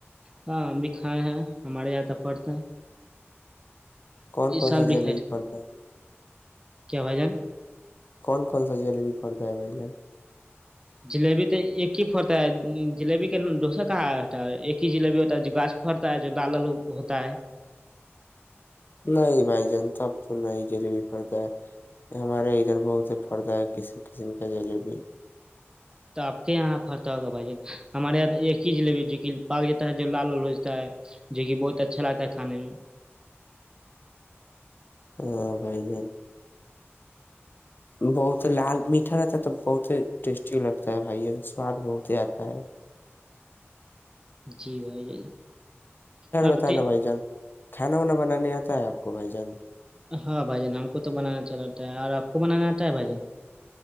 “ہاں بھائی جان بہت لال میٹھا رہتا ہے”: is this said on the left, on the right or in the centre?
Left